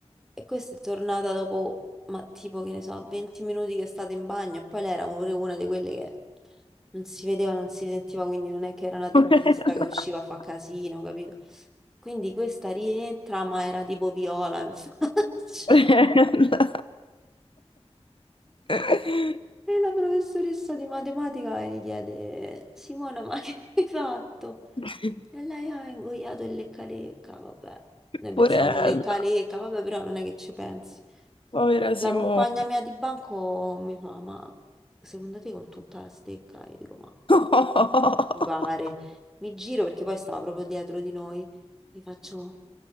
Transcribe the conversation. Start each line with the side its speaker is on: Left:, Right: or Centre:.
Centre: E questa è tornata dopo, ma tipo che ne so, 20 minuti che è stata in bagno e poi lei era pure una di quelle che non si vedeva, non si sentiva, quindi non è che era una teppista
Left: <laughs>
Centre: che usciva a fa casino, capito? Quindi questa rientra, ma era tipo viola in <laughs> faccia.
Left: Porella. Ah,
Centre: E la professoressa di matematica gli chiede, Simona, ma che hai fatto?
Left: Dio.
Centre: E lei ha ingoiato il lecca-lecca, vabbè. Noi pensiamo
Left: Porella. Porella.
Centre: il lecca-lecca, vabbè, però non è che ci pensi.
Left: Povera
Centre: La
Left: Simona.
Centre: compagna mia di banco mi fa, ma secondo te con tutta la stecca? Io dico, ma
Left: <laughs>
Centre: mi pare. Mi giro perché poi stava proprio dietro di noi. Gli faccio,